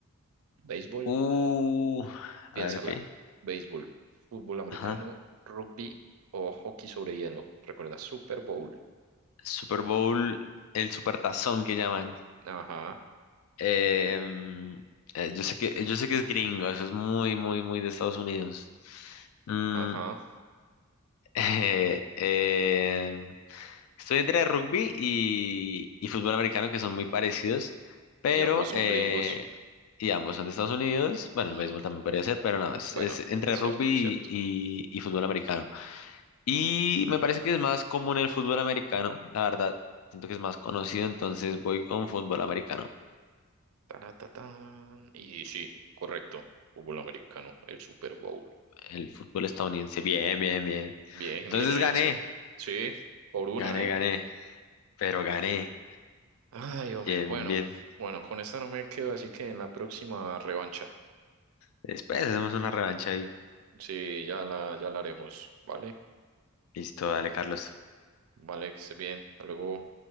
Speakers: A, on the right; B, on the left.
A: ¿Béisbol?
B: Uh,
A: Piénsala,
B: a ver, ok.
A: béisbol, fútbol americano,
B: Ajá.
A: rugby o hockey sobre hielo. Recuerda, Super Bowl.
B: Super Bowl, el supertazón que llaman.
A: Ajá,
B: Em, eh, yo sé que, yo sé que es gringo, eso es muy, muy, muy de Estados Unidos. Mm,
A: ajá.
B: <laughs> eh, eh, estoy entre rugby y, y fútbol americano, que son muy parecidos, pero
A: Y ambos son
B: eh,
A: gringos.
B: y ambos son de Estados Unidos. Bueno,
A: Mm,
B: el béisbol también podría ser, pero no, es,
A: Bueno,
B: es entre
A: es
B: rugby
A: cierto, es cierto.
B: y, y y fútbol americano. Y me parece que es más común el fútbol americano, la verdad. Siento que es más conocido, entonces voy con fútbol americano.
A: Taratatán. Y sí, correcto. Fútbol americano, el Super Bowl.
B: El fútbol estadounidense, bien, bien, bien.
A: Bien,
B: Entonces
A: <laughs> bien hecho.
B: gané,
A: Sí, por una,
B: gané,
A: ¿eh?
B: gané, pero gané.
A: Ay, hombre
B: Bien,
A: Bueno,
B: bien.
A: bueno, con esta no me quedo, así que en la próxima revancha.
B: Después hacemos una revancha y
A: Sí, ya la, ya la haremos, ¿vale?
B: listo, dale, Carlos.
A: Vale, que esté bien. Hasta luego.